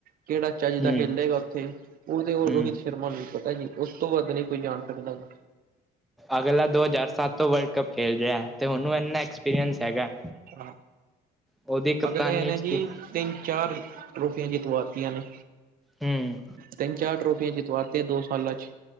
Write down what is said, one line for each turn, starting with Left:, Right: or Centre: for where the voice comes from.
Right: ਕਿਹੜਾ ਚਾਹੀਦਾ
Centre: ਹੂੰ
Right: ਖੇ ਉੱਥੇ ਉਹ ਤੇ ਉਹ
Centre: ਹੂੰ
Right: ਰੋਹਿਤ ਸ਼ਰਮਾ ਨੂੰ ਪਤਾ ਜੀ, ਉਸ ਤੋਂ ਵੱਧ ਨਹੀਂ ਕੋਈ ਜਾਣ ਸਕਦਾ ਹੈ।
Centre: ਅਗਲਾ ਦੋ ਹਜ਼ਾਰ ਸੱਤ ਤੋਂ ਵਰਲਡ ਕੱਪ ਖੇਡ ਰਿਹਾ, ਤੇ ਹੁਣ ਇੰਨਾ ਐਕਸਪੀਰੀਅੰਸ ਹੈਗਾ।
Right: ਹਾਂ
Centre: ਉਹਦੀ ਕਪਤਾਨੀ
Right: ਅਗਲੇ ਇਹਨਾਂ
Centre: ਚ
Right: ਜੀ,
Centre: ਕੀ
Right: ਤਿੰਨ ਚਾਰ ਟਰੋਫੀਆਂ ਜਿੱਤਵਾਤੀਆਂ ਨੇ,
Centre: ਹੂੰ
Right: ਤਿੰਨ ਚਾਰ ਟ੍ਰੋਫੀ ਜਿੱਤਵਾ ਤੇ ਦੋ ਸਾਲਾ ਚ,